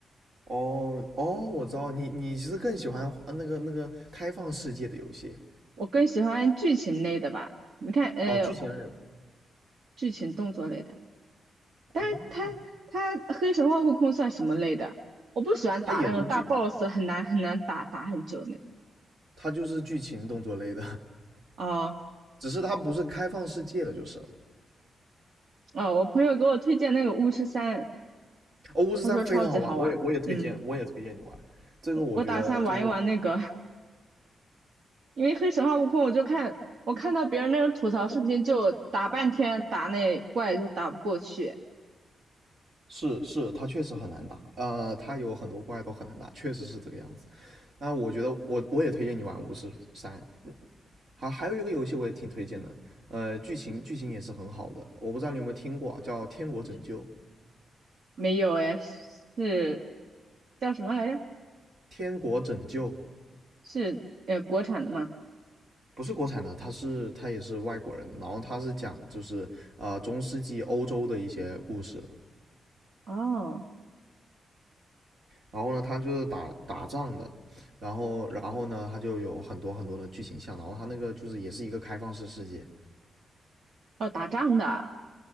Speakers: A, on the right (about 45°); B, on the right (about 60°).
A: 哦哦，我知道你你其实更喜欢呃那个那个开放世界的游戏
B: 我更喜欢剧情类的吧，你看，呃，
A: 哦，剧情类的
B: 剧情动作类的。但是他他黑神话悟空算什么类的？
A: 哦，
B: 我不喜欢打那种大
A: 它也是剧，
B: boss，很难很难打，打很久那。
A: 它就是剧情动作类的，
B: 哦
A: <laughs> 只是它不是开放世界的，就是了。
B: 哦，我朋友给我推荐那个巫师三，
A: 哦，巫师三非常好玩，
B: 他说超级好玩。
A: 我也我也推荐，
B: 嗯，
A: 我也推荐你玩。这个我觉得就是
B: 我打算玩一玩那个，<laughs> 因为黑神话悟空，我就看我看到别人那种吐槽视频，就打半天打那怪就打不过去。
A: 是是，它确实很难打，呃，它有很多怪都很难打，确实是这个样子。那我觉得我我也推荐你玩巫师三，好，还有一个游戏我也挺推荐的，呃，剧情剧情也是很好的，我不知道你有没有听过啊，叫《天国拯救》。
B: 没有哎，是叫什么来着？
A: 《天国拯救》
B: 是呃国产的吗？
A: 不是国产的，它是它也是外国人的然后它是讲就是呃中世纪欧洲的一些故事的。
B: 哦
A: 然后呢，它就是打打仗的，然后然后呢，它就有很多很多的剧情项，然后它那个就是也是一个开放式世界。
B: 哦，打仗的。